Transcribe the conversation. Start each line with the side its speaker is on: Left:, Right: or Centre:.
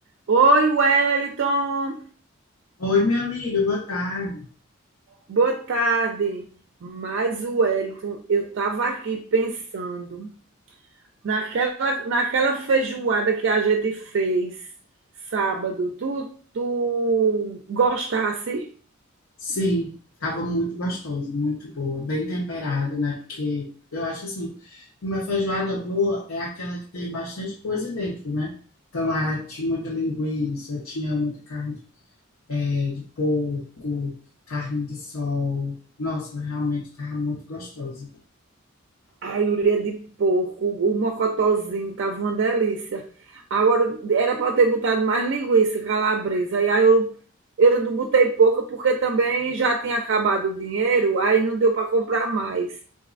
Right: Oi, Wellington.
Left: Oi, minha amiga, boa tarde.
Right: Boa tarde. Mas Wellington, eu estava aqui pensando naquela, naquela feijoada que a gente fez sábado. Tu, tu gostasse?
Left: Sim, estava muito gostosa, muito boa, bem temperada, né? Porque eu acho assim, uma feijoada boa é aquela que tem bastante coisa dentro, né? Então lá tinha muita linguiça, tinha muita carne eh, de porco, carne de sol. Nossa, realmente estava muito gostosa.
Right: A ureia de porco, o mocotozinho, tava uma delícia. Agora, era para eu ter botado mais linguiça calabresa. E aí eu, eu não botei pouca porque também já tinha acabado o dinheiro, aí não deu para comprar mais.